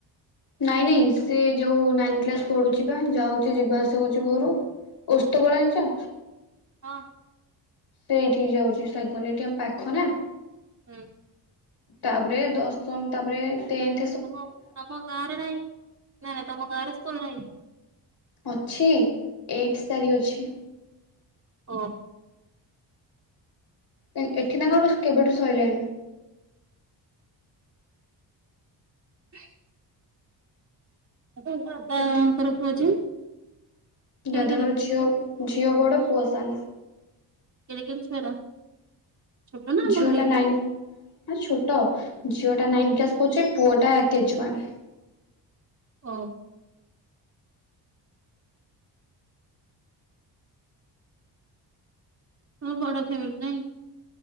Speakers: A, on the left; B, on the right.
A: ନାଇଁ ନାଇଁ ସେ ଯୋଉ ନାଇନ୍ କ୍ଲାସ୍ ପଢୁଛି ବା ଯାଉଚି ଯିବା ଆସିବା କରୁଚି ଘରୁ। ଓସ୍ତଗଳା ଆଁଚ?
B: ହଁ।
A: ସେଇଠିକି ଯାଉଚି ସାଇକଲ୍ ଏଠି ଆମ ପାଖ ନା।
B: ହୁଁ।
A: ତାପରେ ଦଶମ୍ ତାପରେ ଟେନ୍
B: ତମ ତମ ଗାଁରେ ନାହିଁ ନା ନା ତମ ଗାଁ ରେ ସ୍କୁଲ ନାହିଁ କି?
A: ଅଛି ଏଇଟ୍ ସାରି ଅଛି।
B: ଓ।
A: ନାଇଁ ଏଠି ତାଙ୍କର କେବେଠୁ ସଇଲାଣି।
B: <inaudible> ତାଙ୍କର
A: ସେଠି
B: ଫୁଅ ଝିଅ? କେଡେ
A: ଦାଦାଙ୍କର
B: କେଡେ
A: ଝିଅ ଝିଅ ବଡ଼ ପୁଅ ସାନ।
B: କେଡେ କେଡେ ଛୁଆରା? ଛୋଟ ନା
A: ଝିଅ
B: ବଡ ହେଇଗଲେଣି?
A: ଟା ନାଇନ୍ ଛୋଟ ଝିଅ ଟା
B: ହଁ
A: ନାଇନ୍ କ୍ଲାସ୍ ପଉଛି ପୁଅଟା କେଜି ୱାନ୍।
B: ଓ। ତମ ବଡ ଫ୍ୟାମିଲି ନାଇଁ?